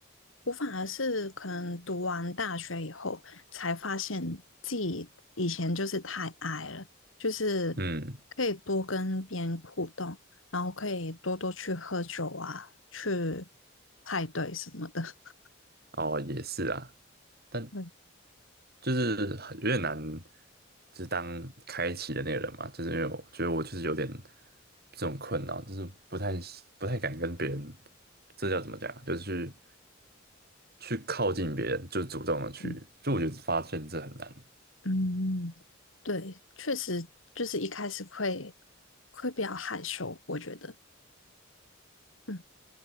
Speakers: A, on the left; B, on the right.
A: 我反而是可能读完大学以后，才发现自己以前就是太矮了，就是
B: 嗯，
A: 可以多跟别人互动，然后可以多多去喝酒啊，去派对什么的。<laughs>
B: 哦，也是啊，但
A: 对，
B: 就是很有点难，就是当开启的那个人嘛，就是因为我觉得我就是有点这种困扰，就是不太不太敢跟别人，这叫怎么讲啊？就是去去靠近别人，就主动的去，
A: 嗯，
B: 就我觉得发现这很难。
A: 嗯，对，确实就是一开始会会比较害羞，我觉得。嗯